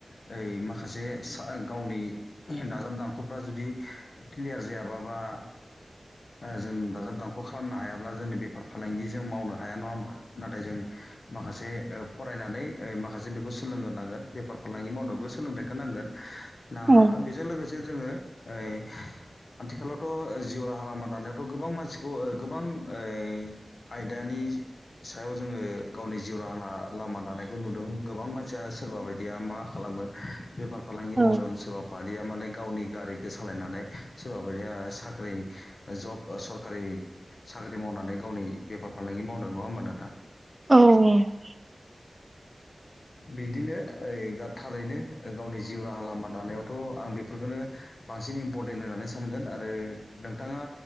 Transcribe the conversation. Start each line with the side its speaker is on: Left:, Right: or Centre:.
Left: ओइ माखासे गावनि दाजाब दांख'फ्रा जुदि क्लियार जायाबा बा जों दाजाब दानख' खालामनो हायाब्ला जोंनि बेफार फालांगि जों मावनो हाया नङा होमबा नाथाय जों माखासे फरायनानै ओ माखासे बेखौ सोलोंगोनांगोन बेफार फालांगि मावनोबो सोलोंथाइखौ नांगोन नाङा
Right: औ
Left: नङा बेजों लोगोसे से जोङो ओइ आथिखालावथ' जिउ राहा लामा दानायावथ' गोबां मानसिखौ गोबां ओइ आयदानि सायाव जोङो गावनि जिउ राहा लामा दानायखौ नुदों गोबां बां मानसिया सोरबा बायदिया मा खालामो बेफार फालांगि
Right: औ
Left: मावदों सोरबा बारिया माने गावनि गारिखौ सालायनानै सोरबा बायदिया साख्रि जब सरखारि साख्रि मावनानै गावनि बेफार फालांगि मावदों नङा होमबा नोंथां
Right: औ
Left: बिदिनो ओइ थारैनो गावनि जिउ राहा लामा दानायावथ' आं बेफोरखौनो बांसिन इम्परटेन्ट होननानै सानगोन आरो नोंथाङा